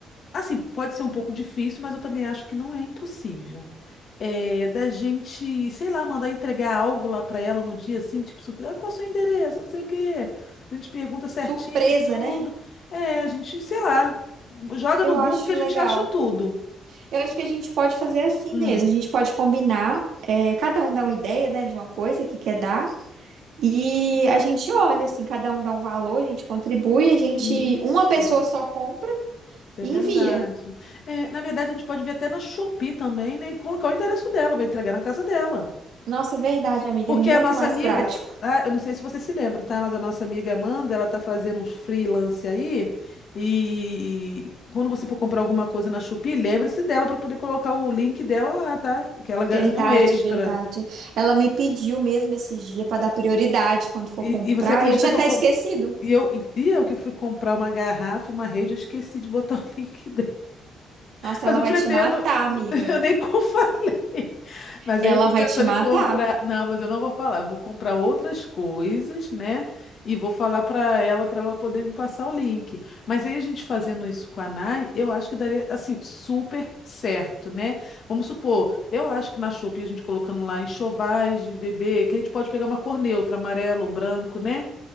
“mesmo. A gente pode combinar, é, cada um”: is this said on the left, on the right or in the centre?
Right